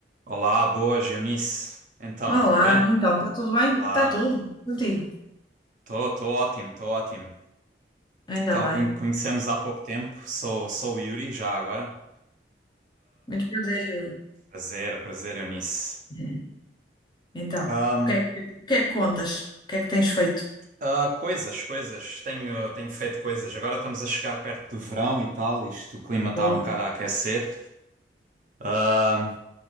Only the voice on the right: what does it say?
Olá, boas, Eunice. Então,
tudo bem?
Olá,
estou tô, tô ótimo, estou ótimo.
Então,
conhe- conhecemos há pouco tempo, sou, sou o Yuri já agora.
Prazer, prazer, Eunice.
Ahm,
ah, coisas, coisas, tenho, tenho feito coisas. Agora estamos a chegar perto do verão e tal, isto, o clima está
um bocado a aquecer. Ahm,